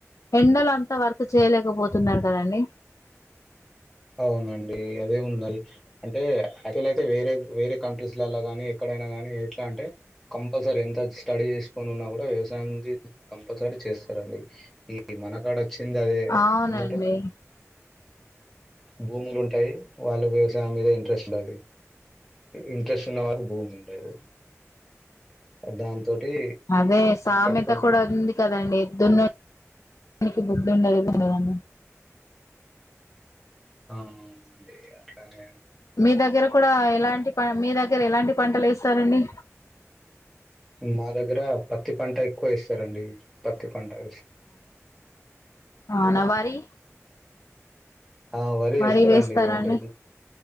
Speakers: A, on the left; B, in the centre.
A: ఎండలు అంతా వర్క్ చేయలేకపోతున్నారు కదండి
B: అవునండి అదే ఉన్నాయి అంటే యాక్చువల్ అయితే వేరే వేరే కంట్రీస్ లల్లా గాని ఎక్కడైనా గానీ ఎట్లా అంటే కంపల్సరీ ఎంత స్టడీ చేసుకొని ఉన్నా కూడా వ్యవసాయంది కంపల్సరీ చేస్తారండి ఈ మన కాడ వచ్చింది అదే
A: అవునండి
B: ఏంటంటే భూములు ఉంటాయి వాళ్ళకు వ్యవసాయం మీద ఇంట్రెస్ట్ ఉంటది ఇంట్రెస్ట్ ఉన్న వాళ్లకు భూమి ఉండదు దాంతోటి
A: అదే సామెత
B: పట్టుకొని
A: కూడా ఉంది కదండి దున్నే వానికి బుద్ధి ఉండదండి కదా అని
B: అవును అండి అట్లనే
A: మీ దగ్గర కూడా ఎలాంటి ప మీ దగ్గర ఎలాంటి పంటలు ఏస్తారండి
B: మా దగ్గర పత్తి పంట ఎక్కువ ఏస్తారండి పత్తి పంట వేస్తరు
A: ఔనా వరి
B: ఆ వరీ
A: వరి
B: ఏస్తారండి
A: వేస్తారా
B: అంటే
A: అండి